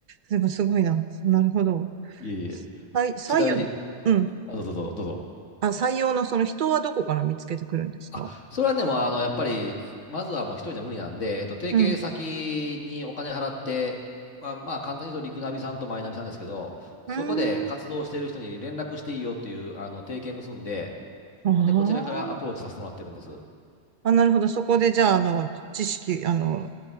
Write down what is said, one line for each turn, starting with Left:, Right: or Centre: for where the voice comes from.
Right: でもすごいな。なるほど。
Left: いえいえ。
Right: はい、採用、
Left: ちなみに、
Right: うん。
Left: あ、どうぞどうぞ、どうぞ。
Right: あ、採用のその人はどこから見つけてくるんですか
Left: あ、それはね、もうあの、やっぱり、まずはもう一人じゃ無理なんで、えっと、提携先にお金払って、
Right: うん。
Left: まあ、まあ、簡単に言うと、リクナビさんとマイナビさんですけど、そこで活動している人に連絡していいよっていう、
Right: うーん。
Left: あの、提携結んで、
Right: ああ
Left: ほんで、こちらからアプローチさせてもらってるんです。
Right: あ、なるほど。そこで、じゃあ、あの、知識、あの、